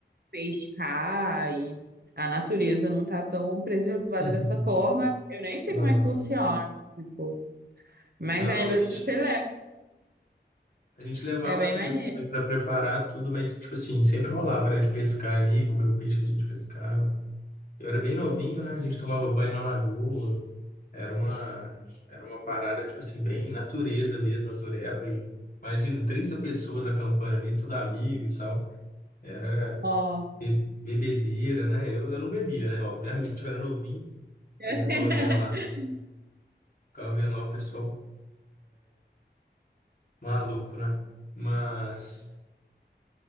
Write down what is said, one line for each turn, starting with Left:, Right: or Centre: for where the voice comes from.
Right: pescar e a natureza não tá tão preservada
Left: <laughs>
Right: dessa forma. Eu nem sei
Left: não.
Right: como é que funciona, tipo, mas
Left: Não,
Right: aí
Left: não, mas a gente
Right: você leva,
Left: A gente levava
Right: é bem
Left: as coisas
Right: maneiro.
Left: também para preparar tudo, mas, tipo assim, sempre rolava, era de pescar ali, comer o peixe que a gente pescava. Eu era bem novinho, né? A gente tomava banho na lagoa. Era uma, era uma parada, tipo assim, bem natureza mesmo, natureba. E, imagina, 30 pessoas acampando ali, tudo amigo e tal. Era
Right: Ó.
Left: be- bebedeira, né? Eu, eu não bebia, né? <laughs> Obviamente, eu era novinho,
Right: <laughs>
Left: mas eu ficava vendo lá, ficava vendo lá o pessoal maluco, né? Mas